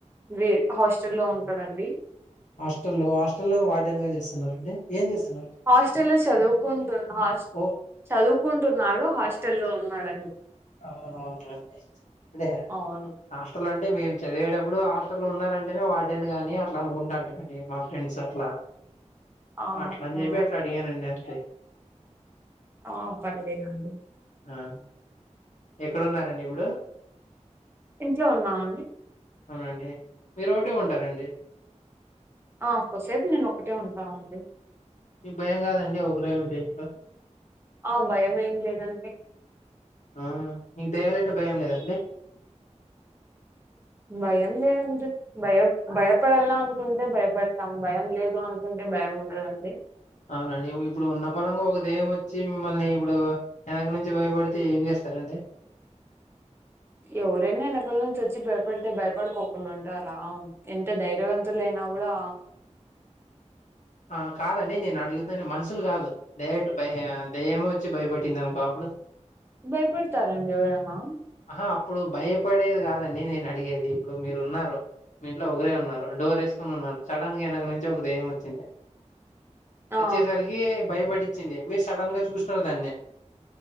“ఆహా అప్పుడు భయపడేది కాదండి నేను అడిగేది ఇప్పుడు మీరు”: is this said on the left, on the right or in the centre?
Left